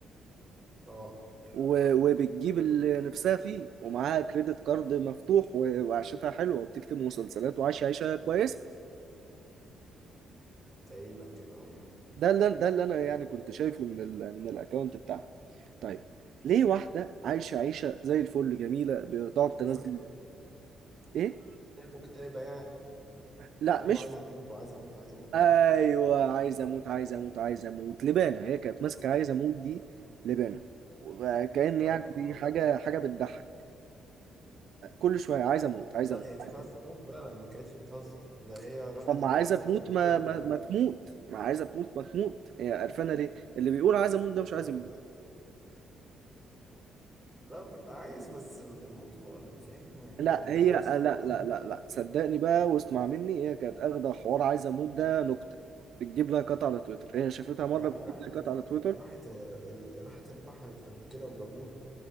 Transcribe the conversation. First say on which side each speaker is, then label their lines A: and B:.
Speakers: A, on the right; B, on the right.
A: اه
B: و- وبتجيب اللي نفسها فيه ومعاها كريدت كارد مفتوح و- وعيشتها حلوة وبتكتب مسلسلات وعايشة عيشة كويسة
A: تقريبا كده اه
B: ده اللي ده اللي انا يعني كنت شايفه من ال من الاكونت بتاعها طيب ليه واحدة عايشة عيشة زي الفل جميلة بتقعد تنزل
A: قصدك إن
B: ايه
A: هي مكتئبة يعني
B: لا مش
A: وعايزة تموت وعايزة اموت عايزة اموت
B: ايوه عايز اموت عايز اموت عايز اموت لبانه هي كانت ماسكه عايز اموت دي لبانه وكأن
A: اه
B: يعني دي حاجه حاجه بتضحك كل شويه عايز اموت عايز
A: لا
B: اموت
A: هي كانت
B: عايز
A: عايزة
B: أموت.
A: تموت فعلا ما كانتش بتهزر ده هي راحت
B: طب ما
A: انتحرت
B: عايزه تموت
A: قبل
B: ما
A: كده
B: ما,
A: ولحقوها
B: ما تموت ما عايزه تموت ما تموت هي قرفانه ليه اللي بيقول عايز اموت ده مش
A: ما
B: عايز
A: هو-
B: يموت
A: لا بيبقى عايز بس ال- الموت مؤلم فاهم يعني
B: لا
A: العملية
B: هي لا
A: نفسها
B: لا
A: مؤلمة
B: لا لا صدقني بقى واسمع مني هي كانت اخده حوار عايز اموت ده نكته بتجيب لايكات على تويتر هي شافتها مره
A: يا عم
B: بتجيب
A: راحت
B: لايكات على تويتر
A: راحت ال- راحت انتحرت قبل كده وجابوها